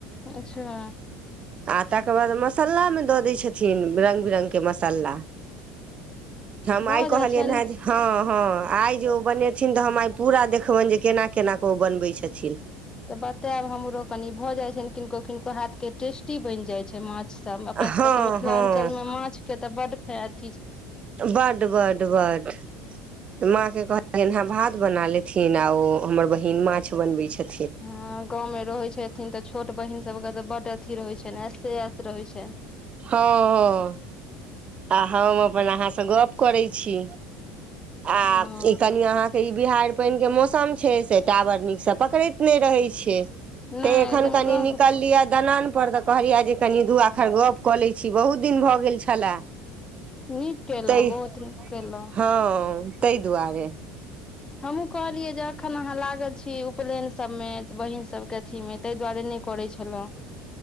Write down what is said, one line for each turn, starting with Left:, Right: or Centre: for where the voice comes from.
Left: अच्छा
Right: आ तकर बाद मसल्लामे दऽ दै छथिन रंगग बिरंगगके मसल्ला हम
Left: भऽ
Right: आइ कहलियनि
Left: जाइ छनि
Right: हें हँ हँ आइ जे ओ बनेथिन तऽ हम आइ पूरा देखबनि जे केना केना कऽ ओ बनबै छथिन
Left: तऽ बतायब हमरो कनि भऽ जाइ छ किनको किनको हाथ के टेस्टी बनि जाइ छै माछ सब अपना सबके
Right: हँ
Left: तऽ मिथिलाञ्चलमे
Right: हँ
Left: माछ के तऽ बड फायत
Right: बड बड बड तऽ माँ के कहलियैन हं भात बना लेथिन आ ओ हमर बहिन माछ बनबै छै
Left: हँ गाँवमे रहैत छथिन तऽ छोट बहिन सभके तऽ बड्ड अथी रहैत छनि ऐसे रहै छनि
Right: हँ हँ आ हम अपन अहाँ से गप करै छी आ
Left: हँ
Right: ई कनि अहाँके ई बिहाड़ि पानिके मौसम छै से टावर नीक स पकड़ैत नै रहै छै
Left: नहि
Right: तऽ एखन
Left: ताहिमे
Right: कनि
Left: गाँव
Right: निकल लिया दनानपर तऽ कहलियै जे कनि दू आखर गप कऽ लै छी बहुत दिन भऽ गेल छलए
Left: नीक केेलहुं
Right: ताहि
Left: बहुत नीक केेलहुं
Right: हँ ताहि दुआरे
Left: हमहहुँ कहलियै जे अखन अहाँ लागल छी छी उपनयन सबमे बहिन सबके अथीमे ताहि दुआरे नहि करै छलहुं